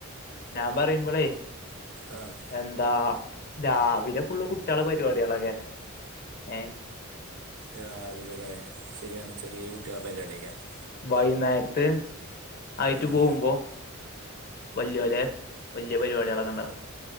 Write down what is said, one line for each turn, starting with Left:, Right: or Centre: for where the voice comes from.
Left: ഞാൻ പറിയ്മ്പളേയ്
Right: ആഹ്
Left: എന്താ രാവിലെ ഫുള്ള് കുട്ട്യേളെ പരിവാട്യേളേക്കാരം ഏഹ്
Right: രാവിലെലേ ശെരിയാണ് ചെറിയ കുട്ട്യേളെ പരിവാട്യേക്കാരം.
Left: വൈന്നേരത്ത് ആയിറ്റ്
Right: ആഹ്
Left: പോവുമ്പോ? വല്ല്യോലെ വല്ല്യേ പരിവാട്യേളൊക്കെണ്ടാവും.